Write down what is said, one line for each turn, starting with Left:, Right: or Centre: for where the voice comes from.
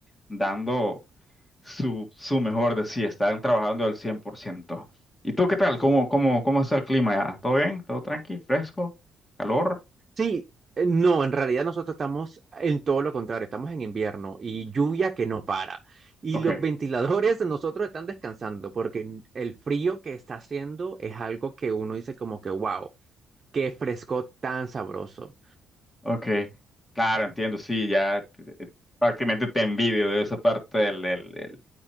Left: dando su, su mejor de sí, están trabajando al 100%. ¿Y tú qué tal? ¿Cómo, cómo, cómo está el clima ya? ¿Todo bien? ¿Todo tranqui? ¿Fresco? ¿Calor?
Right: Sí, eh, no, en realidad nosotros estamos en todo lo contrario. Estamos en invierno y lluvia que no para. Y
Left: Ok.
Right: los ventiladores de nosotros están descansando porque n- el frío que está haciendo es algo que uno dice como que, wow, qué fresco tan sabroso.
Left: Ok, claro, entiendo, sí, ya eh, eh, prácticamente te envidio de esa parte del, del- del-